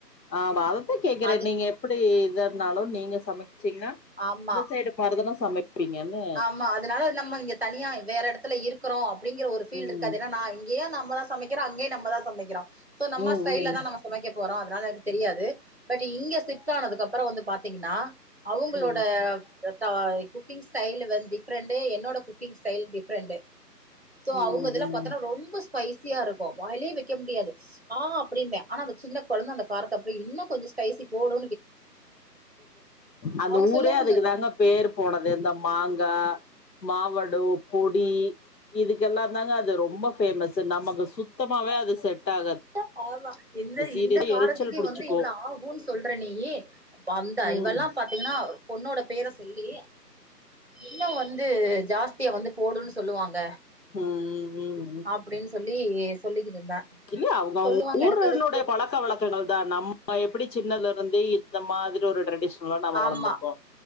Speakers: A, on the left; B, on the right.
A: ஆமா அதத்தா கேக்குறே
B: அது
A: நீங்க எப்படி இதா இருந்தாலு நீங்க சமைச்சிங்னா
B: ஆமா
A: இந்த சைடு மாருதானே சமை ப்பிங்கன்னு
B: ஆமா அதனால நம்ம இங்க தனியா வேற எடத்துல இருக்குறோ அப்டிங்கிற ஒரு ஃபீல்
A: ம்
B: இருக்காது ஏன்னா நா இங் இங்கயு நம்மதா சமைக்கிறோ அங்கயு நம்மதா சமைக்கிறோ சோ நம்ம
A: ம்
B: ஸ்டைல்லதா
A: ம்
B: நம்ம சமைக்க போறோ அதனால எனக்கு தெரியாது பட் இங்க ஷிப்ட் ஆனதுக்கு அப்ற வந்து பாத்திங்கனா அவுங்களோட
A: ம்
B: ட குக்கிங்ஸ் ஸ்டைல் வந்து டிஃப்ரெண்ட்டு என்னோட குக்கிங் ஸ்டைல் டிஃபரெண்ட்டு சோ அவுங்க
A: ம்
B: இதெல்லா
A: ம்
B: பாத்திங்ணா ரொம்ப ஸ்பைசியா இருக்கு வாயிலே வைக்க முடியாது ஆ அப்டிம்பே ஆனா அந்த சின்ன கொழந்த அந்த காரத்த அப்டியே இன்னு கொஞ்ச கைசி போடு
A: அந்த
B: அவங்க
A: ஊரே
B: சொல்லுவாங்க
A: அதுக்கு தாங்க பேர் போனது இந்த மாங்கா மாவடு பொடி இதுக்கெல்லா தாங்க அது ரொம்ப ஃபேமஸ் நமக்கு சுத்தமாவே அது செட் ஆகாது
B: ட்ட ஆவா இந்த
A: சீரியஸா
B: இந்த காரத்துக்கே
A: எரிச்சல் புடிச்சுக்கோ
B: வந்து இவ்வள ஆ ஊ னு சொல்றே நீயி வந்தா
A: ம்
B: இவெல்லா ப இல்லனா பொண்ணோட பேர சொல்லி இன்னு வந்து ஜாஸ் தியா வந்து போடுன்னு சொல்லுவாங்க
A: ம் ம்
B: அப்டின்னு சொல்லி சொல்லிக்கிட்டு இருந்தா
A: இல்லயா அவங்க
B: சொல்லுவாங்க
A: ஊருன்னுடைய
B: எனக்கு அது
A: பழக்க வழக்க ங்கள்தா நம்ம எப்டி சின்னதுல இருந்தே இந்த மாதிரி ஒரு ட்ரெடிஷன் ல நாம
B: ஆமா
A: வளந்துருக்கோ